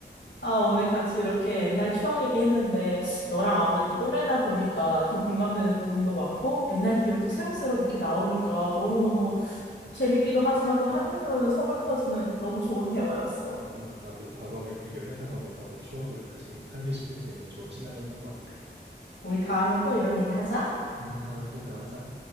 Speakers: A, on the left (about 80°); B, on the right (about 75°).
A: 아, 오늘 같이 이렇게 옛날 추억 얘기했는데 너랑 아무래도 또래다 보니까 더 공감되는 부분도 많고 옛날 기억도 새록새록 이렇게 나오니까 너무너무 재밌기도 하지만 또 한편으로는 서글퍼지는 너무 좋은 대화였어.
B: 음, 나도 과거를 되게 회상하면서 내 추억을 다시 상기시킬 수 있는 좋은 시간이었던 것 같아.
A: 우리 다음에 또 이런 얘기 하자.
B: 음, 다음에 또 대화하자.